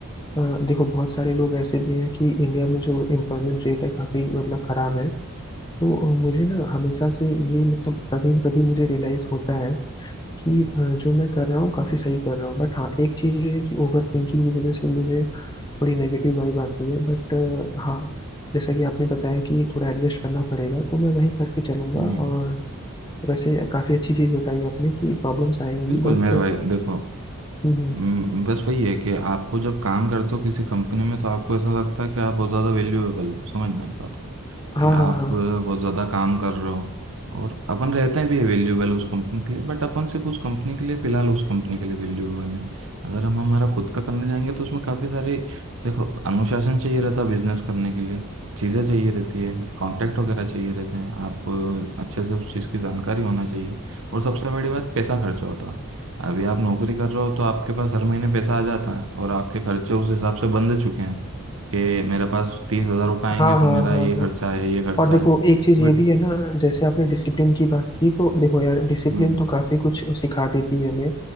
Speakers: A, on the left; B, on the right.
A: अ, देखो बहुत सारे लोग ऐसे भी हैं कि इंडिया में जो एम्प्लॉयमेंट रेट है काफी मतलब खराब है तो अ, मुझे ना हमेशा से ये मतलब कभी कभी मुझे रियलाइज होता है कि अ, जो मैं कर रहा हूँ काफी सही कर रहा हूँ बट हाँ एक चीज ये है कि ओवर थिंकिंग की वजह से मुझे थोड़ी नेगेटिव वाइब आती है बट हाँ जैसा कि आपने बताया कि थोड़ा एडजस्ट करना पड़ेगा तो मैं वही करके चलूंगा
B: हम्म।
A: और वैसे काफ़ी अच्छी चीज़ बताई आपने कि प्रॉब्लम्स आएंगी
B: बिल्कुल
A: बट
B: मेरे भाई देखो
A: हम्म हम्म,
B: हम्म, बस वही है कि आपको जब काम करते हो किसी कंपनी में तो आपको ऐसा लगता है कि आप बहुत ज़्यादा वैल्यूएबल हो समझ में बात को,
A: हाँ
B: कि आप
A: हाँ हाँ
B: अ, बहुत ज़्यादा काम कर रहे हो और अपन रहते हैं भी वैल्यूएबल उस कंपनी के लिए बट अपन सिर्फ उस कंपनी के लिए फिलहाल उस कंपनी के लिए वैल्यूएबल हैं अगर हम हमारा खुद का करने जाएंगे तो उसमें काफ़ी सारे देखो अनुशासन चाहिए रहता है बिजनेस करने के लिए चीज़ें चाहिए रहती है कॉन्टैक्ट वगैरह चाहिए रहते हैं आपको अच्छे से उस चीज़ की जानकारी होना चाहिए और सबसे बड़ी बात पैसा खर्च होता है। अभी आप नौकरी कर रहे हो तो आपके पास हर महीने पैसा आ जाता है और आपके खर्चे उस हिसाब से बंध चुके हैं कि मेरे पास तीस हजार रुपये आएंगे
A: हाँ हाँ
B: तो मेरा
A: हाँ
B: ये
A: हाँ
B: खर्चा है ये खर्चा
A: और देखो
B: है
A: एक चीज़
B: बट
A: ये भी है ना जैसे आपने डिसिप्लिन की बात की तो देखो यार डिसिप्लिन
B: हम्म
A: तो काफ़ी कुछ सिखा देती है हमें